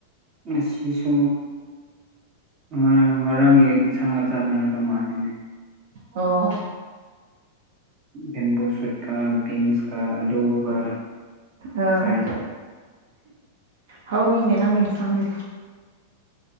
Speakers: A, on the right; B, on the right.
A: ꯑꯁꯤꯁꯨ ꯉꯔꯥꯡ ꯉꯔꯥꯡꯒꯤ ꯁꯪꯒ ꯆꯞ ꯃꯥꯟꯅꯕ ꯃꯥꯜꯂꯤꯅꯦ
B: ꯑꯣ
A: ꯚꯦꯝꯕꯨ ꯁꯨꯠꯀ ꯕꯤꯟꯁꯀ ꯂꯨꯒ
B: ꯑ
A: ꯆꯥꯏ
B: ꯍꯥꯎꯅꯤꯅꯦ ꯅꯪꯉ ꯏꯟꯁꯪꯗꯤ